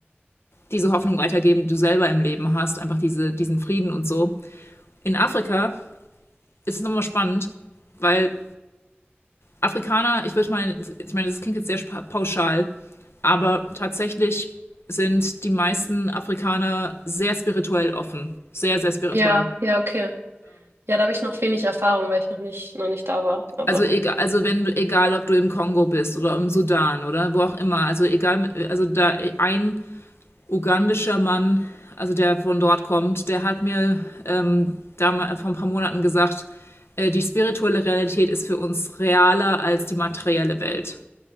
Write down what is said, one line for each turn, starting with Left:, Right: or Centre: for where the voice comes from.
Left: diese Hoffnung weitergeben, die du selber im Leben hast, einfach diese, diesen Frieden und so. In Afrika ist es nochmal spannend, weil Afrikaner, ich würde mal, ich meine, das klingt jetzt sehr pauschal, aber tatsächlich sind die meisten Afrikaner sehr spirituell offen. Sehr, sehr spirituell.
Right: Ja, ja, okay. Ja, da habe ich noch wenig Erfahrung, weil ich noch nicht, noch nicht da war. Aber
Left: Also egal, also wenn du, egal ob du im Kongo bist oder im Sudan oder wo auch immer, also egal, also da ein ugandischer Mann, also der von dort kommt, der hat mir ähm, da vor ein paar Monaten gesagt, äh, die spirituelle Realität ist für uns realer als die materielle Welt.